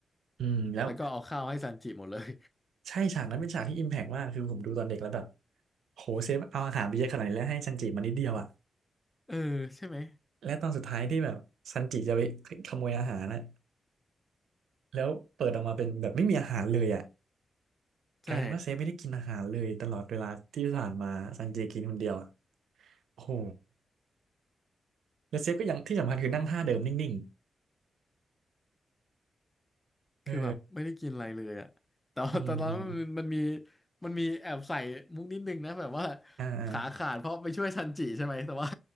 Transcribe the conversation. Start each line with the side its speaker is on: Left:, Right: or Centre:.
Right: อืมแล้ว
Left: แล้วก็เอาข้าวให้ซันจิหมดเลย
Right: ใช่ฉากนั้นเป็นฉากที่อิมแพกมากคือผมดูตอนเด็กแล้วแบบโหเซฟเอาอาหารไปเยอะขนาดนี้แล้วให้ซันจิมานิดเดียวอ่ะ
Left: เออใช่ไหม
Right: และตอนสุดท้ายที่แบบซันจิจะไปขโมยอาหารนะแล้วเปิดออกมาเป็นแบบไม่มีอาหารเลยอ่ะกลายเป็นว่าเซฟไม่ได้กินอาหารเลยตลอดเวลาที่ผ่านมาซันจิกินคนเดียวอ่ะ
Left: ใช่
Right: โอ้โหแล้วเซฟก็ยังที่สำคัญคือนั่งท่าเดิมนิ่งๆเออ
Left: คือแบบไม่ได้กินอะไรเลยอะแต่ว่า
Right: อืมอืม
Left: <laughs> แต่ตอนนั้นมันมันมีมันมีแอบใส่มุกนิดนึงนะแบบว่า
Right: อ่าอา
Left: ขาขาดเพราะไปช่วยซันจิใช่ไหมแต่ว่า